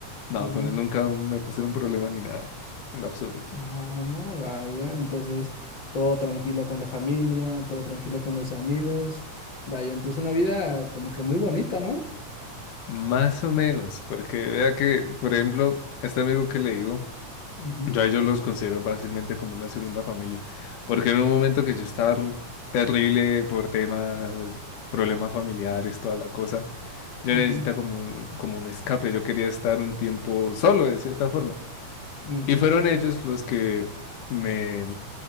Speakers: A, on the left (about 80°); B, on the left (about 40°).
A: No,
B: Ujú.
A: con él nunca me pusieron problema ni nada, en lo absoluto.
B: Ah, vaya. Entonces, todo tranquilo con la familia, todo tranquilo con los amigos. Vaya, entonces una vida como que muy bonita, ¿no?
A: Más o menos, porque vea que, por ejemplo, este amigo que le digo.
B: Ujú,
A: Yo a ellos los considero fácilmente como una segunda familia, porque en un momento que yo estaba r- terrible por temas, problemas familiares, toda la cosa, yo
B: ujú,
A: necesitaba como un, como un escape, yo quería estar un tiempo solo de cierta forma.
B: ujú.
A: Y fueron ellos los que me,